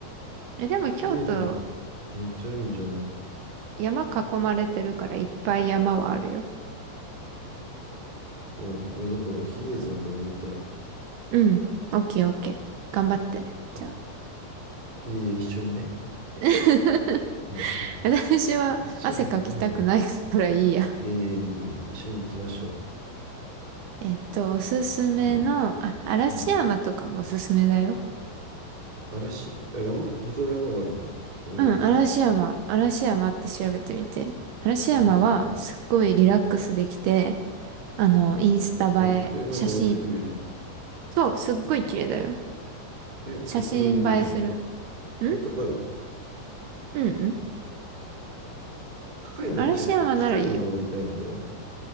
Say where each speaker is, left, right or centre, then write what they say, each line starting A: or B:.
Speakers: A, on the right (about 75°); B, on the right (about 20°).
A: え、でも京都、
B: 比叡山、めっちゃいいじゃん。
A: 山囲まれてるからいっぱい山はあるよ。
B: うん。え、だから比叡山登りたい。
A: うん。オッケーオッケー。頑張ってね。
B: うん。
A: じゃあ。
B: いえいえ、一緒にね。
A: <laughs>
B: うん。<laughs>
A: 私は汗かきたくないからいいや。
B: 一緒に行くんだよ。いえいえいえいえ、一緒に行きましょう。
A: えっと、おすすめの、
B: <laughs> はい。
A: あ、嵐山とかもおすすめだよ。
B: はい。嵐、あ、山また山があるの調べるね。
A: うん、嵐山。嵐山って調べてみて。嵐山はすっごいリラックスできて、
B: 嵐山。うん。
A: あの、インスタ映え、
B: え、え、なんかめっちゃ綺麗じゃん。
A: 写真、そう、すっごい綺麗だよ。
B: え、
A: 写真映えする。
B: これでいいじゃん。こ
A: ん
B: れ高い
A: うんうん。
B: 高いの、じゃ、
A: 嵐山ならいいよ。
B: 高いの登りたいんだよね。